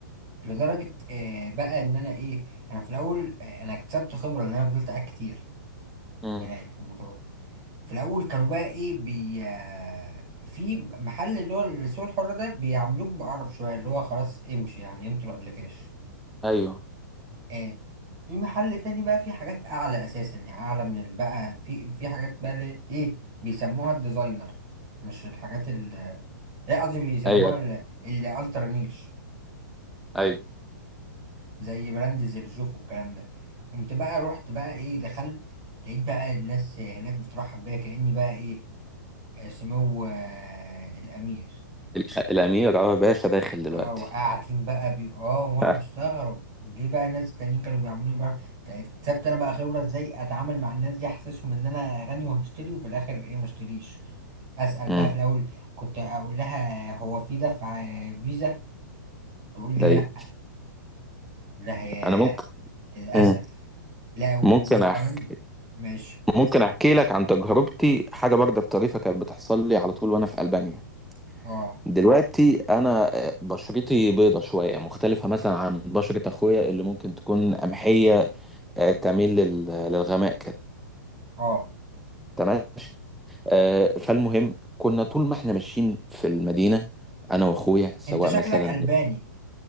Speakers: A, on the right; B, in the centre.
A: لدرجة آه، بقى ان انا ايه انا في الاول آه، انا اكتسبت خبرة ان انا فضلت قاعد كتير
B: مم.
A: هناك في المطار في الاول كانوا بقى ايه بي آه، في محل اللي هو السوق الحر ده بيعاملوك بقرف شويه اللي هو خلاص امشي يعني انتوا قبل كاش
B: ايوه
A: آه في محل تاني بقى فيه حاجات اعلى اساسا يعني اعلى من ال- بقى في في حاجات بقى اللي ايه بيسموها الديزاينر مش الحاجات ال لا قصدي بيسموها
B: ايوه
A: ال- الالترا نيش
B: ايوه
A: زي براند زرجوف والكلام ده قمت بقى رحت بقى ايه دخلت لقيت بقى الناس هناك بترحب بيا كأني بقى ايه آه، سمو آه، الامير
B: ال- الامير اه باشا داخل دلوقتي
A: اه وقاعدين بقى بي اه وانا
B: <laughs>
A: مستغرب ليه بقى الناس التانيين كانوا بيعملوني بقى اكتسبت انا بقى خبرة ازاي اتعامل مع الناس دي احسسهم ان انا غني وهشتري وفي الاخر ايه ما اشتريش اسأل
B: مم.
A: بقى في الاول كنت اقول لها هو في دفع فيزا تقول لي
B: ايوه
A: لا لا هي
B: انا ممكن
A: للاسف
B: مم.
A: لا و-
B: ممكن
A: وكمان
B: احكي
A: ماشي
B: ممكن احكي لك عن تجربتي حاجه برضك طريفه كانت بتحصل لي على طول وانا في البانيا
A: اه
B: دلوقتي انا آه، بشرتي بيضه شويه مختلفه مثلا عن بشره اخويا اللي ممكن تكون قمحيه آه، تميل لل- للغماء كده
A: اه
B: تمام آه، فالمهم كنا طول ما احنا ماشيين في المدينه انا واخويا سواء
A: انت شكلك
B: مثلا
A: الباني